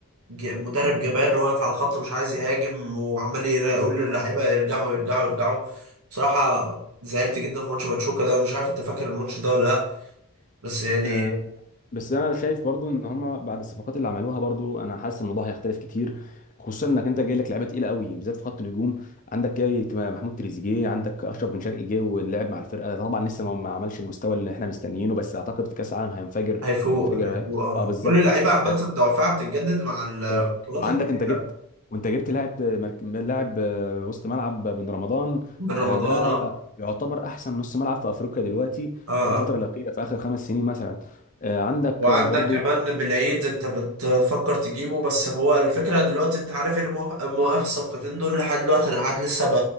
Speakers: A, on the right; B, on the left.
A: ج- مدرب جبان واقف على الخط مش عايز يهاجم وعمال يرا- يقول للعيبه يرجعوا يرجعوا يرجعوا بصراحه زعلت جدا في ماتش باتشوكا ده مش عارف انت فاكر الماتش ده ولا لا بس يعني
B: أه، بس انا شايف برضو ان هما بعد الصفقات اللي عملوها برضو انا حاسس الموضوع هيختلف كتير خصوصا انك انت جاي لك لعيبه تقيله قوي بالذات في خط الهجوم عندك جاي محمود تريزيجيه عندك اشرف بن شرقي جه ولعب مع الفرقه طبعا لسه ما ما عملش المستوى اللي احنا مستنيينه بس اعتقد في كاس العالم هينفجر
A: هيفوق
B: هينفجر
A: هيفوق اه
B: اه بالظبط
A: كل اللعيبه عامه
B: آه،
A: دوافعها بتتجدد مع البطولات
B: و... وعندك
A: الكبيره
B: انت جبت وانت جبت لاعب مرك... لاعب آه، وسط ملعب بن رمضان
A: من
B: آه،
A: رمضان
B: ده
A: اه
B: يعتبر احسن نص ملعب في افريقيا دلوقتي
A: اه
B: في الفتره
A: آه.
B: الاخيره في اخر خمس سنين مثلا آه، عندك
A: وعندك
B: آه، برضو
A: كمان بالعيد انت بتفكر تجيبه بس هو الفكرة دلوقتي انت عارف اللي موقف موقف الصفقتين دول لحد دلوقتي انا قاعد لسه ب...